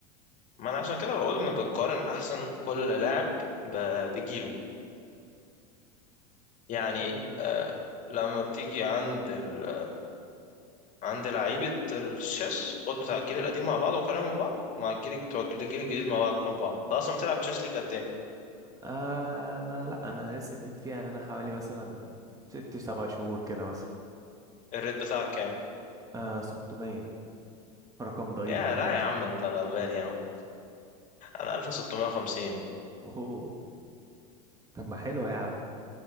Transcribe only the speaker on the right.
لا
آه انا لا انا لسه جديد فيها يعني انا حوالي مثلا ست سبع شهور كده مثلا
آه 600 رقم ضئيل
انا عارف
<laughs>
اوه طب ما حلو يا عم